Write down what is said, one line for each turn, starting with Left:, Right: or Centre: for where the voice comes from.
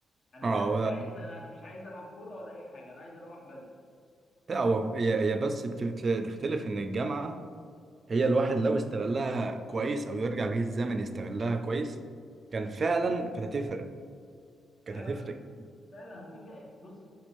Left: انا
Right: اه
Left: انا
Right: و-
Left: مش عايز انا مش عايز العب كوره ولا اي حاجه انا عايز اروح بدري
Right: لا، هو هي هي بس بت- بتختلف ان الجامعه هي الواحد لو استغلها كويس او يرجع بيه الزمن يستغلها كويس كان فعلا كانت هتفرق
Left: فعلا
Right: كانت هتفرق
Left: فعلا هتفرق بص